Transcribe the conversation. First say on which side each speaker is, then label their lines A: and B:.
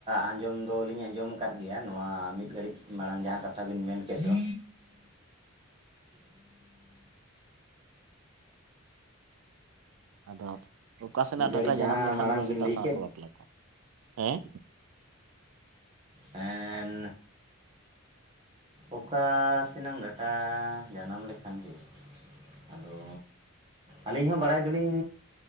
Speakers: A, on the right; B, on the right.
A: ᱟᱸᱡᱚᱢ ᱫᱚᱞᱤᱧ ᱟᱸᱡᱚᱢ ᱠᱟᱫ ᱜᱮᱭᱟ ᱱᱚᱣᱟ ᱢᱤᱫ ᱜᱷᱟᱹᱲᱤᱡ ᱢᱟᱲᱟᱝ ᱡᱟᱦᱟᱸ ᱠᱟᱛᱷᱟ ᱵᱤᱱ ᱢᱮᱱ ᱠᱮᱫ ᱫᱚ᱾
B: ᱟᱫᱚ ᱚᱠᱟ ᱥᱮᱱᱟᱜ
A: ᱢᱤᱫ ᱜᱷᱟᱹᱲᱤᱡ
B: ᱰᱟᱴᱟ
A: ᱡᱟᱦᱟᱸ
B: ᱡᱟᱱᱟᱢ ᱞᱮᱠᱷᱟᱱ
A: ᱢᱟᱲᱟᱝ
B: ᱫᱚ
A: ᱵᱤᱱ
B: ᱥᱮᱛᱟ
A: ᱞᱟᱹᱭ
B: ᱥᱟᱶ ᱠᱚ ᱵᱟᱯᱞᱟ ᱠᱚᱣᱲ? ᱦᱮᱸ?
A: ᱮᱱ ᱚᱠᱟ ᱥᱮᱱᱟᱝ ᱰᱟᱴᱟ ᱡᱟᱱᱟᱢ ᱞᱮᱠᱷᱟᱱ ᱜᱮ ᱟᱫᱚ ᱟᱹᱞᱤᱧ ᱦᱚᱸ ᱵᱟᱲᱟᱭ ᱫᱚᱞᱤᱧ